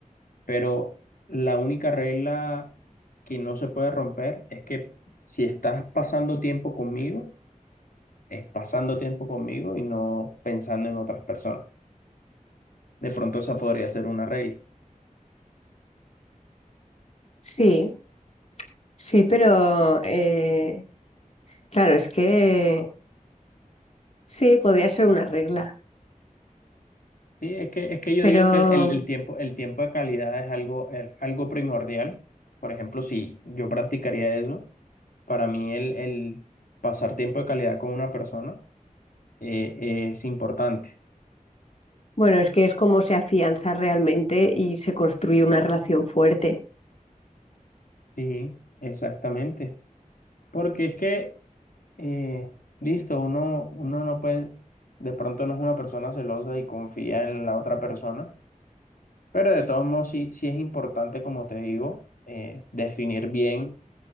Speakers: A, on the left; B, on the left.
A: pero la única regla que no se puede romper es que si estás pasando tiempo conmigo, es pasando tiempo conmigo y no pensando en otras personas. De pronto esa podría ser una regla.
B: Sí, sí, pero eh, claro, es que sí, podría ser una regla,
A: Sí, es que, es que yo
B: pero
A: digo que el, el- el tiempo, el tiempo de calidad es algo, el- algo primordial. Por ejemplo, si yo practicaría eso, para mí el, el pasar tiempo de calidad con una persona eh, es importante.
B: bueno, es que es como se afianza realmente y se construye una relación fuerte.
A: Sí, exactamente. Porque es que, eh, listo, uno, uno no puede, de pronto no es una persona celosa y confía en la otra persona Pero de todos modos, sí, sí es importante, como te digo, eh, definir bien